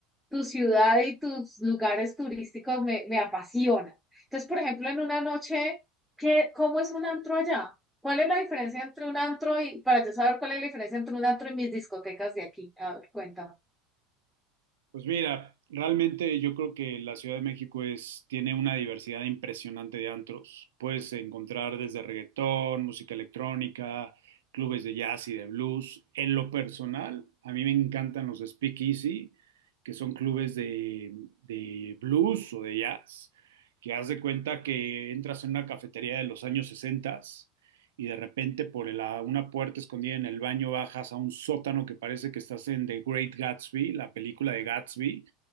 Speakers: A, in the centre; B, on the right.
A: tu ciudad y tus lugares turísticos me, me apasionan. Entonces, por ejemplo, en una noche, ¿qué, cómo es un antro allá? ¿Cuál es la diferencia entre un antro y, para yo saber cuál es la diferencia entre un antro y mis discotecas de aquí? A ver, cuéntame.
B: Pues mira, realmente yo creo que la Ciudad de México es, tiene una diversidad impresionante de antros. Puedes encontrar desde reggaetón, música electrónica, clubes de jazz y de blues. En lo personal, a mí me encantan los speakeasy, que son clubes de, de blues o de jazz, que haz de cuenta que entras en una cafetería de los años 60 y de repente por la, una puerta escondida en el baño bajas a un sótano que parece que estás en The Great Gatsby, la película de Gatsby,